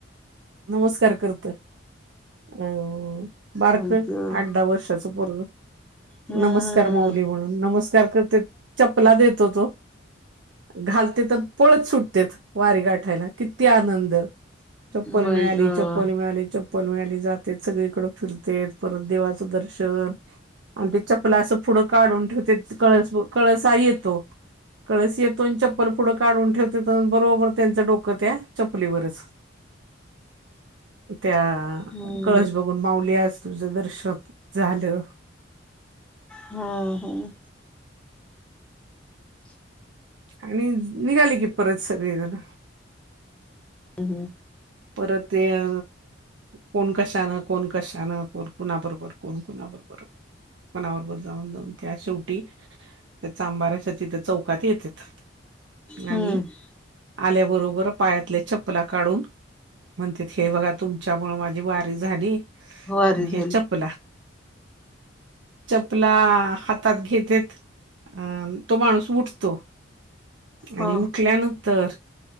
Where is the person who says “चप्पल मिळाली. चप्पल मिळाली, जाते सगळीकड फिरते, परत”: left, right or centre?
Right